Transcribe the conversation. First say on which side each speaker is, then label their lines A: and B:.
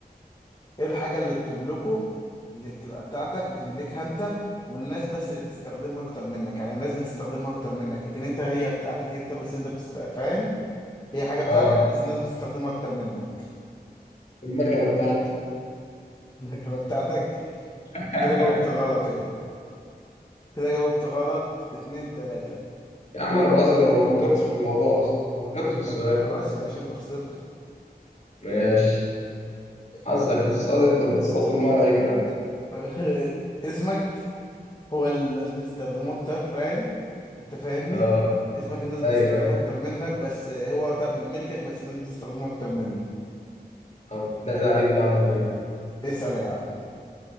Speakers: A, on the left; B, on the left.
A: ايه الحاجة اللي بتملكه اللي بتبقى بتاعتك بتملكها انت والناس بس اللي بتستخدمها اكتر منك يعني الناس بتستخدمها اكتر منك لكن انت هي بتاعتك انت بس انت بتست... فاهم هي حاجة بتاعتك
B: اه
A: بس الناس بتستخدمها اكتر منك
B: المكنه بتاعتي
A: <laughs> لكن بتاعتك
B: <laughs>
A: كده جاوبت غلط يابا كده جاوبت غلط اتنين تلاتة
B: يا عم انا بهزر انا ما فكرتش في الموضوع اصلا ما فكرتش في السؤال
A: خلاص يا باشا انت خسرته
B: ماشي حظك
A: طب
B: بتصطاد انت بتصطاد في الميه لا يكرهك انت
A: <laughs> اسمك هو اللي الناس بتستخدمه اكتر فاهم انت فاهمني
B: اه
A: اسمك الناس بتستخدمه
B: ايوه أيوة.
A: اكتر منك بس هو بتاع- من ملكك بس الناس بتستخدمه اكتر منك
B: طب نادى عليك
A: لا
B: بيه على طول يعني <laughs>
A: اسأل يا عم